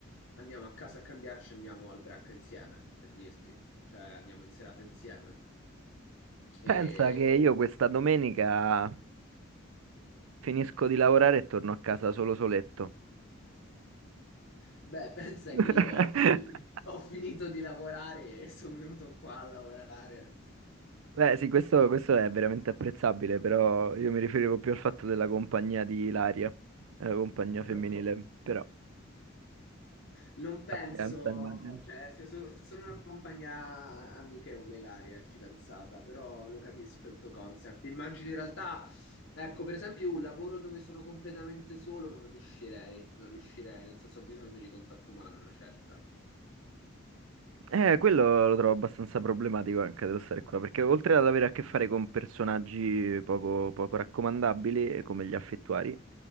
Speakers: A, on the left (about 65°); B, on the right (about 85°).
A: andiamo a casa a cambiarci, andiamo al Branca insieme, per dirti. Cioè, andiamo in serata insieme. E
B: Pensa che io questa domenica finisco di lavorare e torno a casa solo soletto.
A: beh, <laughs> pensa
B: <laughs>
A: che io oggi <laughs> ho finito di lavorare e sono venuto qua a lavorare,
B: Beh, sì, questo, questo è veramente apprezzabile, però io mi riferivo più al fatto della compagnia di Ilaria, eh, compagnia
A: bro.
B: femminile, però
A: Non penso,
B: pazienza, immagino.
A: cioè, se so- se sono una compagnia amichevole, Ilaria è fidanzata, però lo capisco il tuo concept. Immagino in realtà, ecco, per esempio, un lavoro dove sono completamente solo non riuscirei, non riuscirei, nel senso ho bisogno di contatto umano, una certa.
B: Eh, quello lo trovo abbastanza problematico anche dello stare qua, perché oltre ad avere a che fare con personaggi poco, poco raccomandabili, eh, come gli affettuari,